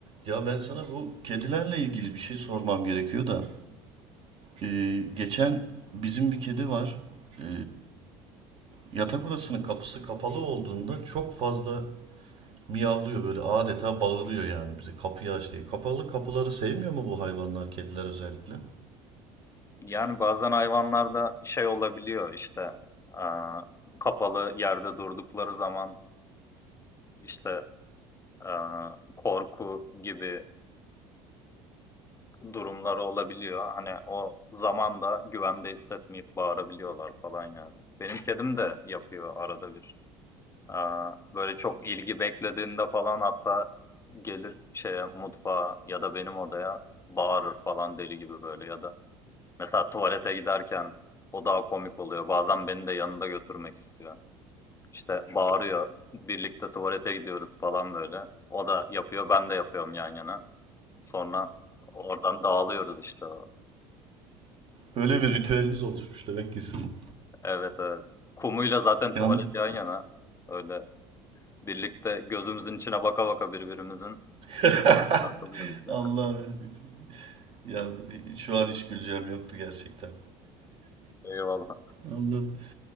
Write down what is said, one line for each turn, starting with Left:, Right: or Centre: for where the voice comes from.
Right: Ya ben sana bu kedilerle ilgili bir şey sormam gerekiyor da. Ee, geçen bizim bir kedi var. Ee, yatak odasının kapısı kapalı olduğunda çok fazla miyavlıyor böyle adeta bağırıyor yani bize kapıyı aç diye. Kapalı kapıları sevmiyor mu bu hayvanlar kediler özellikle?
Left: Yani bazen hayvanlarda şey olabiliyor işte e, kapalı yerde durdukları zaman işte e, korku gibi durumları olabiliyor. Hani o zaman da güvende hissetmeyip bağırabiliyorlar falan yani. Benim kedim de yapıyor arada bir. E, böyle çok ilgi beklediğinde falan hatta gelir şeye mutfağa ya da benim odaya bağırır falan deli gibi böyle ya da Mesela tuvalete giderken o daha komik oluyor. Bazen beni de yanında götürmek istiyor. İşte bağırıyor. Birlikte tuvalete gidiyoruz falan böyle. O da yapıyor, ben de yapıyorum yan yana. Sonra oradan dağılıyoruz işte.
Right: Öyle bir ritüeliniz oluşmuş demek ki sizin.
Left: Evet evet. Kumuyla zaten tuvalet
Right: Yan...
Left: yan yana. Öyle birlikte gözümüzün içine baka baka birbirimizin
Right: <laughs>
Left: takılıyoruz yani.
Right: Allah'ım ya şu an hiç güleceğim yoktu gerçekten.
Left: <laughs> Eyvallah.
Right: Allah'ım.